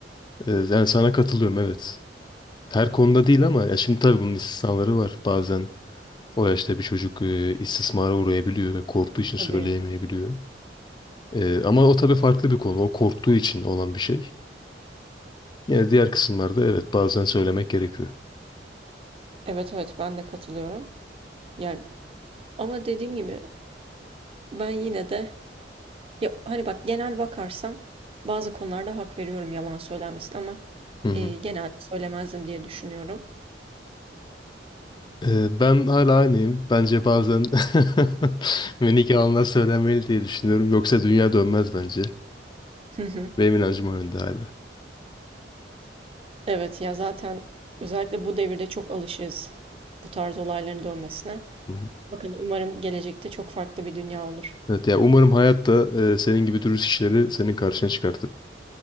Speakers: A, on the left (about 25°); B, on the right (about 30°).
A: Ee, yani sana katılıyorum evet. Her konuda değil ama ya şimdi tabii bunun istisnaları var. Bazen o yaşta bir çocuk e, istismara uğrayabiliyor ve korktuğu için
B: Tabii.
A: söyleyemeyebiliyor. Ee, ama o tabii farklı bir konu. O korktuğu için olan bir şey. Yine diğer kısımlarda evet bazen söylemek gerekiyor.
B: Evet evet ben de katılıyorum. Ya ama dediğim gibi ben yine de ya hani bak genel bakarsam bazı konularda hak veriyorum yalan söylenmesin ama
A: Hı hı.
B: e, genelde söylemezdim diye düşünüyorum.
A: Ee, ben hala aynıyım. Bence bazen <laughs> ve nikahına söylenmeli diye düşünüyorum. Yoksa dünya dönmez bence.
B: <laughs>
A: Benim inancım o yönde hala.
B: Evet ya zaten özellikle bu devirde çok alışığız bu tarz olayların dönmesine.
A: Hı hı.
B: Bakın umarım gelecekte çok farklı bir dünya olur.
A: Evet, yani umarım hayatta senin gibi dürüst kişileri senin karşına çıkartır.